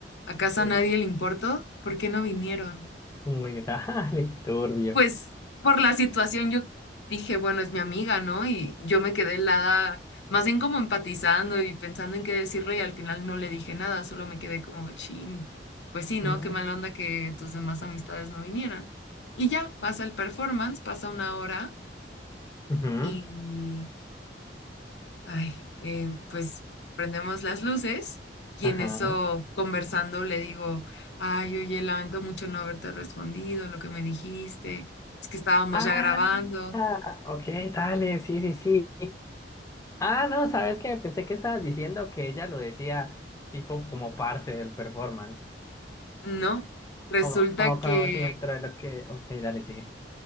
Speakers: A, on the left; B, on the left.
A: ¿Acaso
B: Uh,
A: a nadie le importó? ¿Por qué no vinieron?
B: Uy, <laughs> dale, qué turbio.
A: Pues por la situación yo dije, bueno, es mi amiga, ¿no? Y yo me quedé helada, más bien como empatizando y pensando en qué decirle y al final no le dije nada, solo me quedé como chin. Pues sí, ¿no?
B: Mm,
A: Qué mala onda que tus demás amistades no vinieran. Y ya, pasa el performance, pasa una hora
B: ujú,
A: y Ay, eh, pues prendemos las luces y
B: Ajá.
A: en eso conversando le digo, ay, oye, lamento mucho no haberte respondido lo que me dijiste, es que estábamos
B: Ah,
A: ya grabando,
B: ah, ok, dale, sí, sí, sí. Ah, no, ¿sabes qué? Pensé que estabas diciendo que ella lo decía tipo como parte del performance.
A: ¿no? Resulta
B: Como, como,
A: que,
B: como si dentro de lo que... Ok, dale, sigue.